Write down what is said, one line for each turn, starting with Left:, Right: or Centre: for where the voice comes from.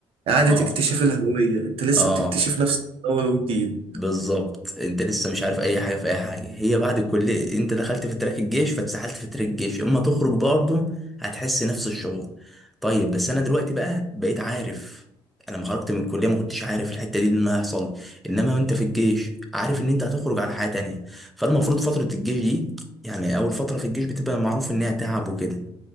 Right: إعادة
Centre: اه
Right: اكتشاف الهوية أنت لسه
Centre: اه
Right: بتكتشف نفسك من أول وجديد
Centre: بالظبط انت لسه مش عارف اي حاجه في اي حاجه هي بعد الكليه انت دخلت في تراك الجيش فاتسحلت في تراك الجيش اما تخرج برضه هتحس نفس الشعور طيب بس انا دلوقتي بقى بقيت عارف انا لما خرجت من الكليه ما كنتش عارف الحته دي ان هيحصل انما وانت في الجيش عارف ان انت هتخرج على حياه تانية فالمفروض فتره الجيش دي يعني اول فتره في الجيش بتبقى معروف انها تعب وكده